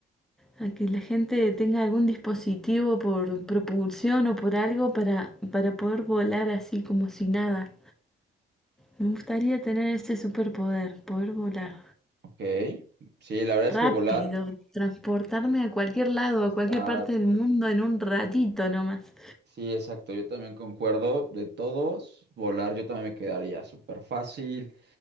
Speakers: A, in the centre; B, on the right.
A: a que la gente tenga algún dispositivo por propulsión o por algo para, para poder volar así como si nada. Me gustaría tener ese superpoder, poder volar
B: Ok. Sí, la verdad es
A: rápido,
B: que volar.
A: transportarme a cualquier lado,
B: Exacto.
A: a cualquier parte del mundo en un ratito nomás.
B: Sí, exacto, yo también concuerdo de todos, volar yo también me quedaría súper fácil,